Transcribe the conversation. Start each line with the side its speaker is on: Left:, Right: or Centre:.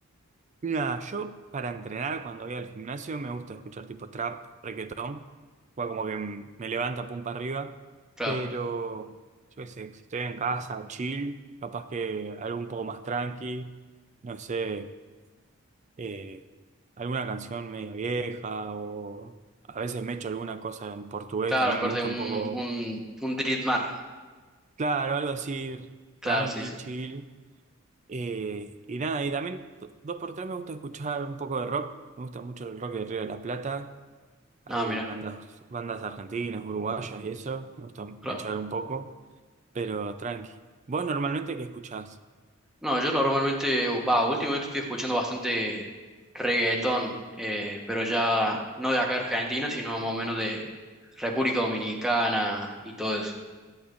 Right: Mira, yo para entrenar cuando voy al gimnasio me gusta escuchar tipo trap, reggaetón, o como que m- me levanta pum para arriba,
Centre: Claro,
Right: pero yo qué sé, si estoy en casa, chill, capaz que algo un poco más tranqui, no sé. eh, alguna canción media vieja o a veces me echo alguna cosa en portugués,
Centre: claro,
Right: también
Centre: acorde
Right: me gusta
Centre: un,
Right: un poco,
Centre: un, un Dritmar
Right: claro, algo así,
Centre: Claro,
Right: tranqui,
Centre: sí, sí.
Right: chill. eh, y nada, y también do- dos por tres me gusta escuchar un poco de rock, me gusta mucho el rock de Río de la Plata, hay
Centre: Ah, mira,
Right: bandas, bandas argentinas, uruguayas y eso, me gusta
Centre: claro.
Right: echar un poco, pero tranqui. ¿Vos normalmente qué escuchás?
Centre: No, yo normalmente, va, últimamente estoy escuchando bastante reggaetón, eh, pero ya no de acá de Argentina, sino más o menos de República Dominicana y todo eso.